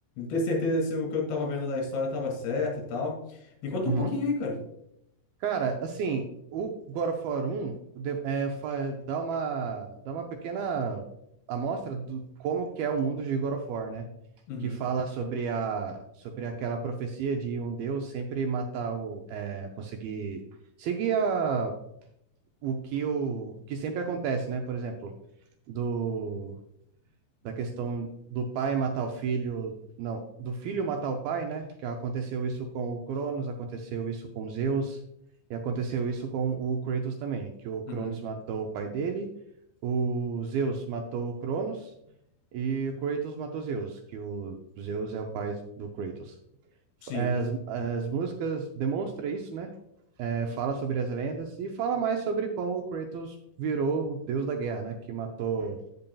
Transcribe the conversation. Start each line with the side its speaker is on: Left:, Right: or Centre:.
Left: ter certeza se o que eu tava vendo da história tava certo e tal. Me conta
Right: Uhum.
Left: um pouquinho aí, cara.
Right: Cara, assim, o God of War 1 de- é, fa- dá uma, dá uma pequena amostra do como que é o mundo de God of War, né?
Left: Uhum,
Right: Que fala sobre, a, sobre aquela profecia de um deus sempre matar o... é, conseguir seguir a, o que, o que sempre acontece, né? Por exemplo, do da questão do pai matar o filho, não, do filho matar o pai, né? Que aconteceu isso com o Cronos, aconteceu isso com Zeus e aconteceu isso com o Kratos também, que o Cronos
Left: uhum.
Right: matou o pai dele, o Zeus matou o Cronos e o Kratos matou Zeus, que o Zeus é o pai do Kratos.
Left: Sim,
Right: É, As, as músicas demonstra isso, né? É, fala sobre as lendas e fala mais sobre como o Kratos virou o deus da guerra, né? Que matou,